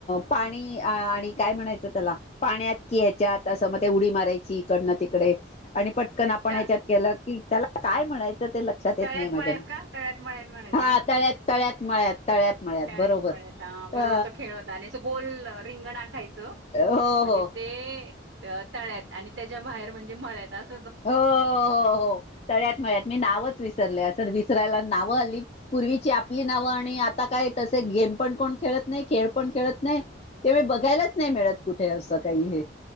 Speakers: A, on the left; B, on the right.
A: पाणी आणि काय म्हणायचं त्याला पाण्यात कि ह्याच्यात असं मग ते उडी मारायची इकडन तिकडे आणि पटकन
B: ते
A: आपण
B: त
A: याच्यात केलं की त्याला काय म्हणायचं ते लक्ष लक्षात येत
B: तळ्यात
A: नाही माझ्या
B: मळ्यात का तळ्यात मळ्यात म्हणायचे
A: हा
B: का
A: तळ्यात, तळ्यात, मळ्यात, तळ्यात, मळ्यात
B: तळ्यात
A: बरोबर.
B: मळ्यात हा
A: अ
B: बरोबर तो खेळ होता आणि असं गोल रिंगन आखायचं
A: हो
B: म्हणजे
A: हो
B: ते तळ्यात आणि त्याच्या बाहेर म्हणजे मळ्यात अस
A: हो हो हो तळ्यात, मळ्यात मी नावच विसरले असंल विसरायला नावं हल्ली पूर्वीची आपली नाव आणि आता काय तस गेम पण कोण खेळत नाही, खेळ पण खेळत नाही. खेळ मी बघायलाच नाही मिळत कुठे असं काही हे